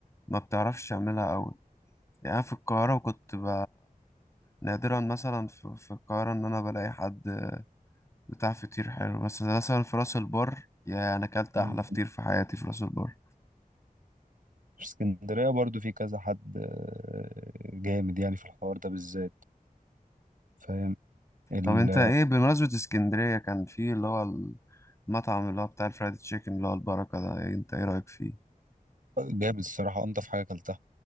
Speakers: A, on the left; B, on the right.
A: ما بتعرفش تعملها قوي يعني أنا في القاهرة كنت ب... نادرا مثلا في, في القاهرة إن أنا بلاقي حد بتاع فطير حلو بس مثلا في راس البر يعني أنا أكلت أحلى
B: مم.
A: فطير في حياتي في راس البر
B: في اسكندريه برضو في كذا حد آه، جامد يعني في الحوار ده بالذات فاهم ال-
A: طب أنت إيه بمناسبة اسكندرية كان في اللي هو المطعم اللي هو بتاع الفرايد تشيكن اللي هو البركة ده إيه أنت إيه رأيك فيه؟
B: جامد الصراحه انضف حاجه اكلتها